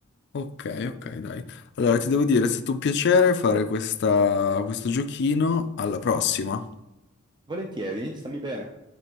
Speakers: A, on the left (about 55°); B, on the right (about 20°).
A: Ok, ok, dai. Allora ti devo dire, è stato un piacere fare questa- questo giochino. Alla prossima.
B: Volentieri, stammi bene.